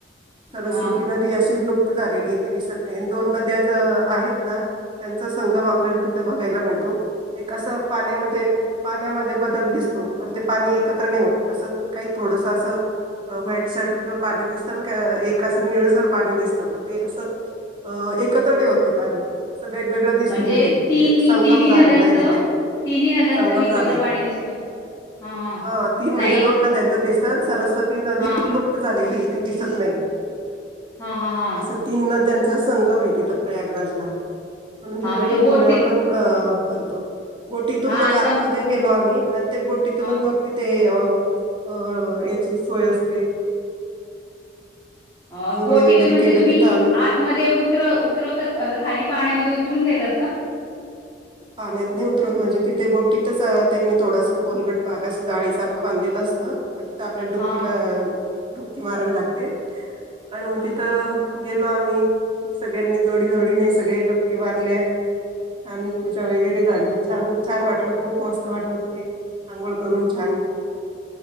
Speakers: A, on the right; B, on the left.
A: सरस्वती
B: हां.
A: नदी अशी लु प्त झालेलीय ती दिसत नाही आणि दोन नद्या ज आहेत ना, त्यांचा संगम आपल्याला तिथं बघायला मिळतो. एक असं पाण्या म्हणजे पाण्यामध्ये बदल दिसतो, पण ते पाणी एकत्र नाही होत, असं काही थोडसं असं अ व्हाइट सारखं पाणी दिसतं अन् क अ एक असं निळसर पाणी दिसतं, पण ते असं अ एकत्र नाही होत ते पाणी. स वेगवेगळं दिसतं
B: म्हणजे
A: तिथे,
B: तिन्ही
A: य संगम
B: तिन्ही
A: झालेला
B: नद्यांचं
A: आहे तिथे.
B: तिन्ही नद्यांचं
A: गम
B: वेगवेगळं
A: झालाय,
B: पाणी दिसतं. हां, हां.
A: हा तीन
B: नाही.
A: म्हणजे दोन नद्यांचे दिसतं अन सरस वती नदी
B: हां.
A: लुप्त झालेली ती दिसत नाही,
B: हां, हां, हां.
A: असं तीन नद द्यांचा संगम आहे तिथं प्रयागराजला, म्हणून
B: हां,
A: तिथ
B: म्हणजे
A: कुंभमेळा
B: बोट ति
A: पण ग भरतो, बोटीतून
B: हां,
A: मग
B: आता
A: आतमध्ये गेलो आम्ही आणि ते बोटीतूनच
B: हां.
A: मग तिथे अ अ याची सोय असते
B: अ
A: आंघोळी
B: बोटीतून
A: वगैरे
B: म्हणजे
A: केल्या
B: तुम्ही
A: तिथं आम्ही
B: आतमध्ये उतरव उतरवतात असं खाली पाण्यामध्ये उत तरून देतात का?
A: पाण्यात नाही उतरवत, म्हणजे तिथे बोटीतच अ त्यांनी थोडसं खोलगट भाग असं जाळीसारखं बांधलेलं असतं. मग तिथं आपल्याला
B: हां.
A: डुबकीला अ डुबकी मारावी लागते, आणि मग
B: हं.
A: तिथं गेलो आम्ही, सगळ्यांनी जोडी जोडीने सगळे डपके मारले छान पूजा वगैरे झाली? छान-छान वाटलं. खूप मस्त वाटलं तिथे. अंघोळ करून छान.